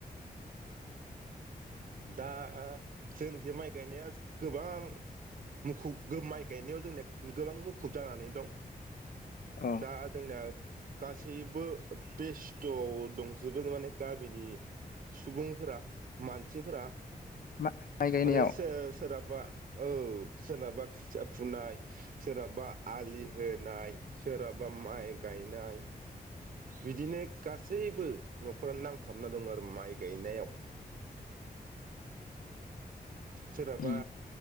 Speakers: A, on the right; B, on the left.
A: दा जों बे माय गायनाया गोबां मुखुब माइ गायनायाव जोंनिया गोबां मुखुब जानानै दं
B: अ
A: दा जोंनिया गासैबो बेस्थ'आव दंजोबो माने गामिनि सुबुंफोरा मानसिफोरा
B: मा माइ गायनायाव
A: माने सोर सोरहाबा औ सोरनाबा खोथिया फुनाय सोरनाबा आलि होनाय सोरहाबा माइ गायनाय <inaudible> बिदिनो गासैबो न'खरानो नांथाबना दङ आरो माइ गायनायाव सोरहाबा
B: उम